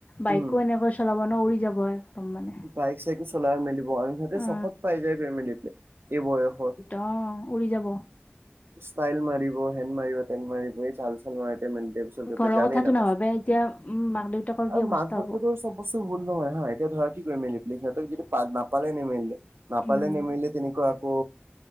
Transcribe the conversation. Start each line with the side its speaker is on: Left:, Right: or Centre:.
Left: বাইকো
Right: উম
Left: এনেকৈ চলাব ন উৰি যাব একদম মানে
Right: বাইক চাইকো চলাই মেলিব আৰু সিহঁতে
Left: অ
Right: চখত পাই যায় কৰি মেলি পেলাই এই বয়সত।
Left: অঁ উৰি যাব।
Right: ষ্টাইল মাৰিব হেন মাৰিব তেন মাৰিব এই চাল তাল মাৰি তেনেকে
Left: ঘৰৰ
Right: জানিয়ে
Left: কথাটো
Right: নাপাই
Left: নাভাবে এতিয়া উম মাক দেউতাকৰ
Right: আৰু
Left: কি অৱস্থা
Right: মাক বাপেকৰো
Left: হ'ব
Right: চব বস্তু ভুল নহয় হা এতিয়া ধৰা কি কৰি লৈ মেলি সিহঁতক যদি নাপালে নেমেলিলে নাপালে
Left: উম
Right: নেমেলিলে তেনেকুৱা আকৌ